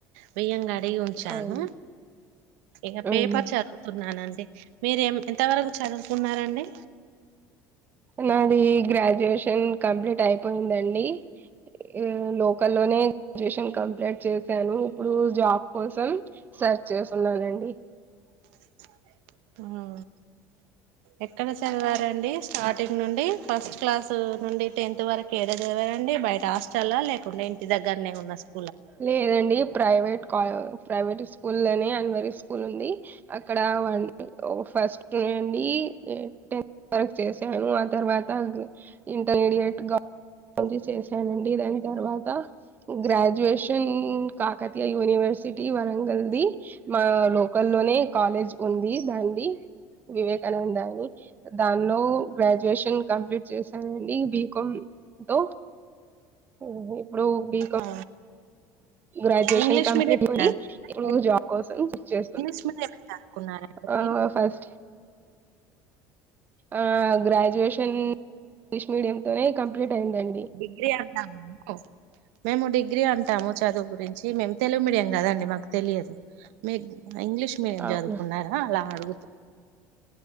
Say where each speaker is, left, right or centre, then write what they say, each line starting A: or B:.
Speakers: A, on the right (about 80°); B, on the right (about 25°).
A: బియ్యం గా డేగి ఉంచాను
B: అవునా
A: ఇక పేపర్
B: అవునా
A: చదువుతున్నానండి. మీరు ఎం ఎంత వరకు చదువుకున్నారండి?
B: నాది గ్రాడ్యుయేషన్ కంప్లీట్ అయిపోయిందండి. ఇగ లోకల్ లోనే రేషన్ కంప్లీట్ చేశాను. ఇప్పుడు జాబ్ కోసం సెర్చ్ చేసు ఉన్నానండి.
A: మ్ సరే ఆ ఎక్కడ చదివారండి స్టార్టింగ్ నుండి? ఫస్ట్ క్లాస్ నుండి, టెన్త్ వరకు ఏడ చదివారండి. బయట హాస్టల్ ఆ లేకుండే ఇంటి దగ్గరనే ఉన్న స్కూల్
B: లేదండి ప్రైవేట్ కావ్ ప్రైవేట్ స్కూల్ లోనే అన్వరి స్కూల్ ఉంది. అక్కడ ఒన్టు ఓ ఫస్ట్ నుండి టెన్త్ వరక్ చేశాను. ఆ తర్వాత ఇంటర్మీడియట్ గ చేశానండి దాని తర్వాత గ్రాడ్యుయేషన్ కాకతీయ యూనివర్సిటీ వరంగల్ది మా లోకల్ లోనే కాలేజ్ ఉంది. దన్ ది వివేకానంద అని దానిలో గ్రాడ్యుయేషన్ కంప్లీట్ చేశానండి. బికామ్ తో ఉహు ఇప్పుడు బికామ్
A: ఆ,
B: గ్రాడ్యుయేషన్
A: ఇంగ్లీష్
B: కంప్లీట్
A: మీడియం
B: అయింది. ఇప్పుడు జాబ్ కోసం సచ్ చేస్తున్నా.
A: ఇంగ్లీష్ మీడియం చదువుకున్నారండి
B: ఆ
A: మీరు
B: అ ఫస్ట్ ఆ గ్రాడ్యుయేషన్ ఇంగ్లీష్ మీడియం తోనే కంప్లీట్ అయిందండి
A: డిగ్రీ అన్నాము మేము డిగ్ డిగ్రీ అంటాము చదువు గురించి మేము తెలుగు మీడియం కదండి మాకు తెలియదు. మీ ఇంగ్లీష్ మీడియం
B: అవును
A: చదువుకున్నారా అలా అడుగు